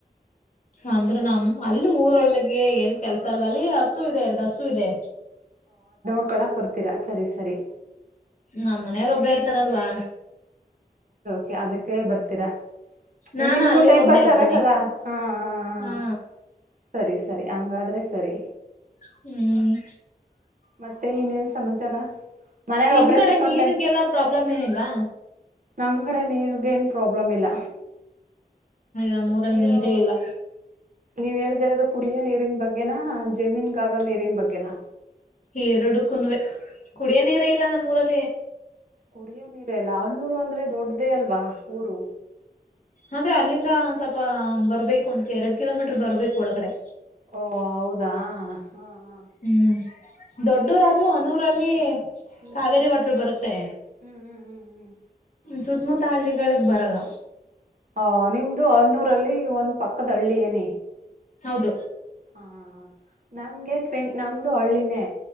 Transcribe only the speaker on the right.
ಮಕ್ಕಳ ಕೊಡ್ತೀರಾ ಸರಿ ಸರಿ
ಹ್ಮ್
ಕೆ ಅದಕ್ಕೆ ಬರ್ತೀರಾ
ನಿಮ್ಗೂ
ಟೈಮ್
ಪಾಸ್
ಆಗ್ಬೇಕಲ್ಲ ಹಾ ಹ
ಸರಿ ಸರಿ ಹಂಗಾದ್ರೆ ಸರಿ
ಮತ್ತೆ ಇನೇನ್ ಸಮಾಚಾರ ಮನೇಲಿ
ಒಬ್ಬ್ರೇ
ಕುೂತ್ಕೊಂಡ್
ಟೈಮ್
ನಮ್ ಕಡೆ ನೀರ್ಗ ಏನ್ ಪ್ರಾಬ್ಲಮ್ ಇಲ್ಲ
ನೀರು
ನೀವ ಹೇದಿರೋದ ಕುಡಿಯ ನೀರಿನ್ ಬಗ್ಗೆನಾ ಜಮೀನ್ ಗಾಗವ್ ನೀರಿನ್ ಬಗ್ಗೆನಾ
ಕುಡಿಯ ನೀರ ಎಲ್ಲ ಹಣ್ಣೂರು ಅಂದ್ರೆ ದೊಡ್ಡ್ದೇ ಅಲ್ವಾ ಊರು
ಓ ಹೌದಾ ಹಾ ಹಾ
ಹ್ಮ್
ಹ್ಮ್ ಹ್ಮ್ ಹ್ಮ್ ಹ್ಮ್
ಹ ನಿಮ್ದು ಹಣ್ಣೂರಲ್ಲಿ ಒಂದ್ ಪಕ್ಕದ ಹಳ್ಳಿ ಏನ
ಹಾ ನಮ್ಗೆ ಟ್ವೆಂ ನಮ್ದು ಹಳ್ಳಿನೇ